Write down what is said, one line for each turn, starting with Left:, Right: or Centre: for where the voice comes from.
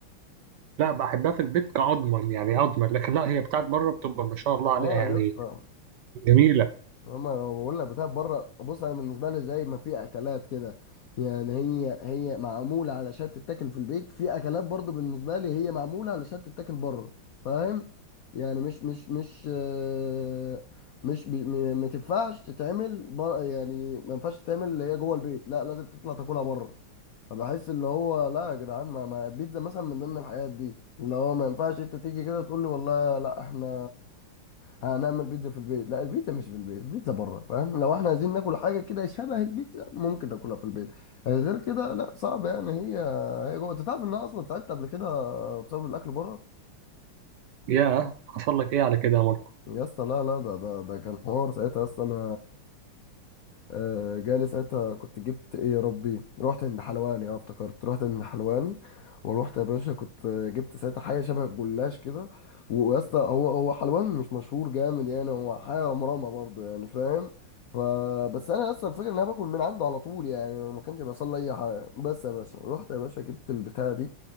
Right: <laughs> لا بحبها في البيت كأضمن يعني أضمن لكن لا هي بتاعت بره بتبقى ما شاء الله عليها
Left: اه
Right: يعني
Left: يا اسطى
Right: جميلة
Left: هما انا بقول لك بتاع بره بص انا بالنسبه لي زي ما في اكلات كده يعني هي هي معموله علشان تتاكل في البيت في اكلات برضو بالنسبه لي هي معموله علشان تتاكل بره فاهم يعني مش مش مش آه، مش بي- م- ما تنفعش تتعمل بر يعني ما ينفعش تتعمل اللي هي جوه البيت لا لازم تطلع تاكلها بره فبحس اللي هو لا يا جدعان ما ما البيتزا مثلا من ضمن الحاجات دي اللي هو ما ينفعش انت تيجي كده تقول لي والله لا احنا هنعمل بيتزا في البيت لا البيتزا مش في البيت البيتزا بره فاهم لو احنا عايزين ناكل حاجه كده شبه البيتزا ممكن ناكلها في البيت غير كده لا صعب يعني هي هي جوه انت تعرف ان انا اصلا تعبت قبل كده بسبب الاكل بره
Right: يا حصل لك ايه على كده يا ماركو
Left: يا اسطى لا لا ده ده ده كان حوار ساعتها يا اسطى انا آه، جالي ساعتها كنت جبت ايه يا ربي رحت عند حلواني اه افتكرت رحت عند حلواني ورحت يا باشا كنت آه، جبت ساعتها حاجه شبه الجلاش كده ويا اسطى هو هو حلوان مش مشهور جامد يعني هو حاجه رمرامه برضو يعني فاهم فبس انا اصلا الفكره ان انا باكل من عنده على طول يعني أنا ما كانش بيحصل لي اي حاجه بس يا باشا رحت يا باشا جبت البتاعه دي